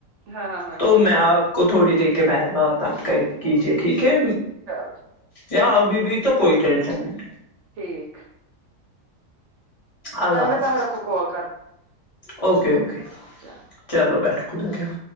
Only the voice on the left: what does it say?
تو
میں
آپ کو تھوڑی دے کے بت بات آپ کا کیجے ٹھیک ہے
یا ابھی بھی تو کوئی ٹینشن نہیں
اللہ
حافظ
اوکے اوکے
چلو بیٹھو خدا کےال